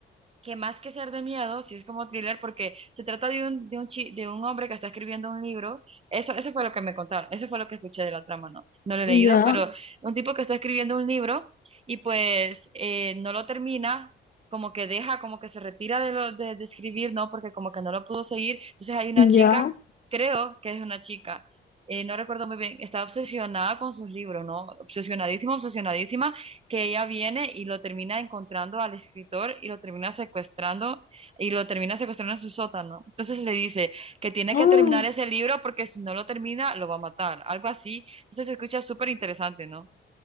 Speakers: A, on the right; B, on the left.
A: que más que ser de miedo, sí es como thriller, porque se trata de un, de un, chi- de un hombre que está escribiendo un libro. Eso, eso fue lo que me contaron, eso fue lo que escuché de la trama, no, no lo he
B: Ya,
A: leído, pero un tipo que está escribiendo un libro y pues eh, no lo termina, como que deja, como que se retira de, lo, de, de escribir, ¿no? Porque como que no lo pudo seguir. Entonces hay una chica,
B: ya.
A: creo que es una chica. eh, no recuerdo muy bien, está obsesionada con sus libros, ¿no? Obsesionadísima, obsesionadísima, que ella viene y lo termina encontrando al escritor y lo termina secuestrando y lo termina secuestrando en su sótano. Entonces le dice que tiene
B: Ah.
A: que terminar ese libro porque si no lo termina lo va a matar, algo así. Entonces se escucha súper interesante, ¿no?